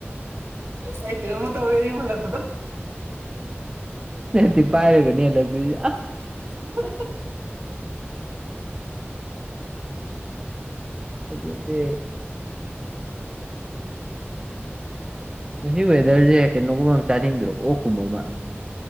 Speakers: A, on the right (about 65°); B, on the right (about 20°).
A: ꯑꯩ ꯀꯩꯅꯣꯝꯃ ꯇꯧꯔꯦ ꯌꯨꯝ ꯍꯜꯂꯛꯄꯗꯣ
B: ꯗꯤ ꯄꯥꯏꯔꯒꯅꯤ ꯂꯩꯕ꯭ꯔꯤꯁꯦ
A: <unintelligible>
B: ꯍꯧꯖꯤꯗꯤ ꯃꯁꯤ ꯋꯦꯗꯔꯁꯦ ꯀꯩꯅꯣꯒꯨꯝꯕ ꯑꯃ ꯆꯥꯅꯤꯡꯗ꯭ꯔꯣ ꯑꯣꯛꯀꯨꯝꯕ ꯑꯃ